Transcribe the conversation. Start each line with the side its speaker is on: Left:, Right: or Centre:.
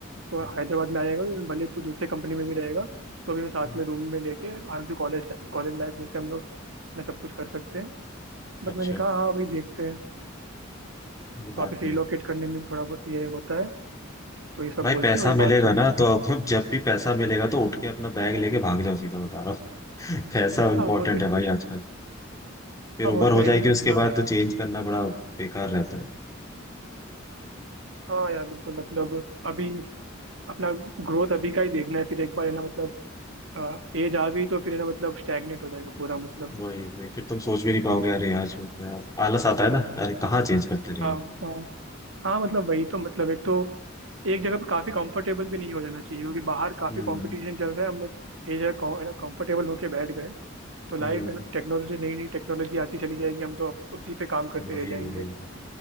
Right: तो
Left: हम्म,
Right: हैदराबाद में आ जाएगा तो भले तू दूसरे कंपनी में भी रहेगा तो भी हम साथ
Left: हम्म,
Right: में रूम में लेके आराम से कॉलेज कॉलेज लाइफ जैसे हम लोग अपना सब कुछ कर सकते हैं बट
Left: अच्छा
Right: मैंने कहा हाँ भाई देखते हैं
Left: वो बात
Right: वापस
Left: भी
Right: रिलोकेट
Left: है
Right: करने में भी थोड़ा बहुत ये होता है तो ये सब
Left: भाई
Right: बोल
Left: पैसा
Right: के वही
Left: मिलेगा
Right: बात चलती
Left: ना
Right: है
Left: तो अब <laughs> जब भी पैसा मिलेगा तो उठ के अपना बैग लेके भाग जाओ सीधा बता रहा हूँ <laughs> पैसा इंपॉर्टेंट
Right: हाँ वो तो है
Left: है भाई
Right: ही
Left: आजकल फिर
Right: हाँ
Left: उम्र
Right: वो
Left: हो
Right: तो है
Left: जाएगी
Right: ही
Left: उसके
Right: मतलब
Left: बाद तो चेंज करना बड़ा बेकार रहता है
Right: हाँ यार बिल्कुल मतलब अभी अपना ग्रोथ अभी का ही देखना है फिर एक बार है ना मतलब एज आ गई तो फिर है ना मतलब स्टैग्नेट हो जाएगा पूरा मतलब
Left: वही वही फिर तुम सोच भी नहीं पाओगे अरे आज हो गया आलस आता है ना अरे कहाँ चेंज करते रहेंगे
Right: हाँ हाँ हाँ मतलब वही तो मतलब एक तो एक जगह पे काफी कंफर्टेबल भी नहीं हो जाना चाहिए क्योंकि बाहर काफी
Left: हम्म
Right: कंपटीशन चल रहा है हम लोग एक जगह को- है ना कंफर्टेबल होके बैठ गए तो लाइफ
Left: हम्म
Right: है ना टेक्नोलॉजी नई नई टेक्नोलॉजी आती चली जाएगी हम तो अब उसी पे काम करते
Left: वही
Right: रह जाएंगे
Left: वही